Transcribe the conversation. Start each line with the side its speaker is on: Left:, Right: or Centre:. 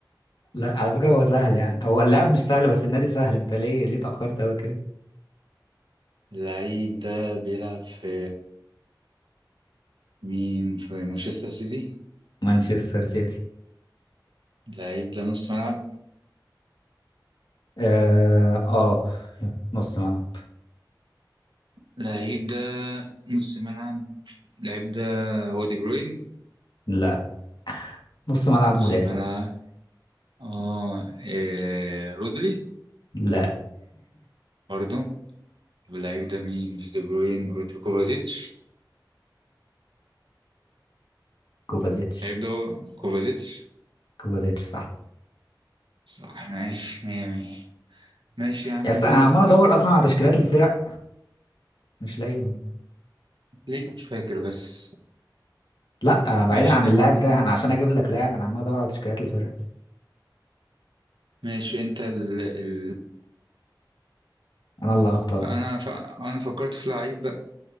Left: لا على فكرة هو سهل يعني هو اللاعب مش سهل بس النادي سهل انت ليه ليه اتأخرت قوي كده
Right: اللعيب ده بيلعب في مين في مانشستر سيتي
Left: مانشستر سيتي
Right: اللعيب ده نص ملعب
Left: اه آه، نص ملعب
Right: اللعيب ده نص ملعب اللعيب ده وادي بروين
Left: لا نص ملعب
Right: نص
Left: مدافع
Right: ملعب اه إيه، رودري
Left: لا
Right: برضو طب اللعيب ده مين مش دي بروين رودري كوفازيتش
Left: كوفازيتش
Right: اللعيب ده هو كوفازيتش
Left: كوفازيتش صح
Right: صح ماشي مية مية ماشي يا عم
Left: يس
Right: دورك
Left: انا عمال ادور اصلا على تشكيلات الفرق مش لاقيهم
Right: ليك مش فاكر بس
Left: لا آه، بعيدا
Right: ماشي
Left: عن
Right: يا
Left: اللاعب
Right: عم
Left: ده انا عشان اجيب لك لاعب انا عمال ادور على تشكيلات الفرق
Right: ماشي انت ال... ال...
Left: انا اللي هختار
Right: انا ف... انا فكرت في لعيب بقى